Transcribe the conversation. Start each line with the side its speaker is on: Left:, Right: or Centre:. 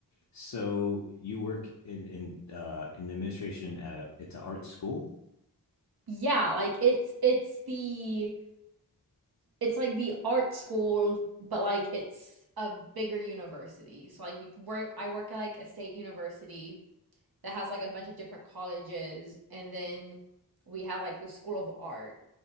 Left: So you work in in uh in the administration at a it's an art school.
Right: Yeah, like it's it's the it's like the art school, but like it's a bigger university. So like we work I work at like a state university that has like a bunch of different colleges and then we have like the School of Art.